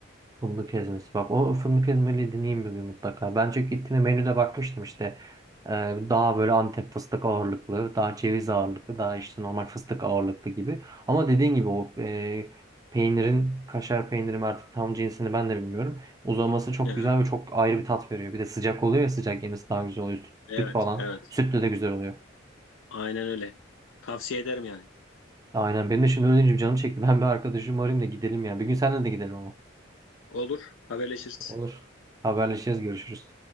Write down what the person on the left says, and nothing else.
Aha,
evet,
evet.
Aynen öyle. Tavsiye ederim yani.
Olur, haberleşiriz.